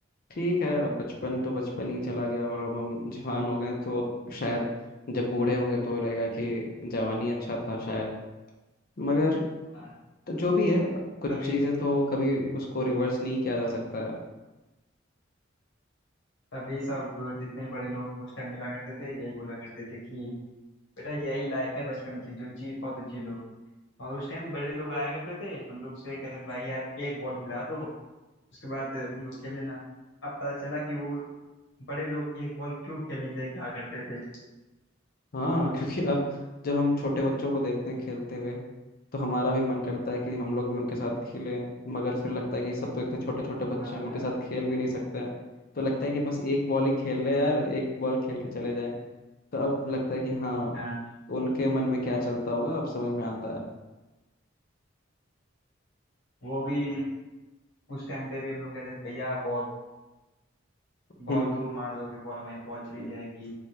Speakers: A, on the left; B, on the left.
A: ठीक है अब बचपन तो बचपन ही चला गया और अब हम जवान हो गए तो अब शायद जब बूढ़े होंगे तो लगेगा कि जवानी अच्छा था शायद मगर
B: हाँ,
A: तो जो भी है अब कुछ
B: तभी
A: चीज़ें तो कभी उसको रिवर्स नहीं किया जा सकता है
B: तभी सब जितने बड़े लोग उस टाइम मिला करते थे यही बोला करते थे कि बेटा यही लाइफ है बचपन की जो जी पाओ तो जी लो और उस टाइम बड़े लोग आया करते थे हम लोग से कहते थे भाई यार एक बॉल खिला दो उसके बाद तुम लोग खेल लेना अब पता चला कि वो बड़े लोग एक बॉल क्यों खेलने के लिए कहा करते थे
A: हाँ <laughs> क्योंकि अब जब हम छोटे बच्चों को देखते हैं खेलते हुए तो हमारा भी मन करता है कि हम लोग भी उनके साथ खेलें मगर फिर लगता है कि सब तो इतने छोटे छोटे बच्चे
B: हाँ
A: हैं उनके साथ खेल भी नहीं सकते हैं तो लगता है कि बस एक बॉल ही खेल ले यार एक बॉल खेल के चले जाएं तो अब लगता है कि हाँ
B: हाँ
A: उनके मन में क्या चलता होगा अब समझ में आता है
B: वो भी उस टाइम पे भी हम लोग कहते थे भैया बहुत बहुत
A: हम्म
B: दूर मार दोगे बॉल हमारी बॉल चली जाएगी